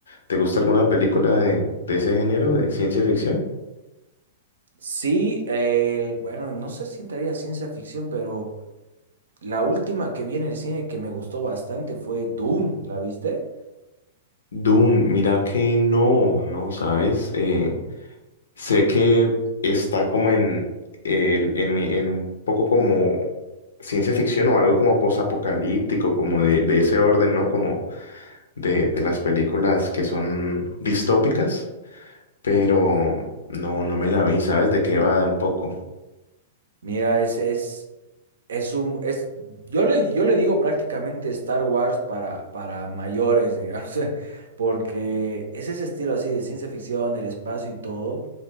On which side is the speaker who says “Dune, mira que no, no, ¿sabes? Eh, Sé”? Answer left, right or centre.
Left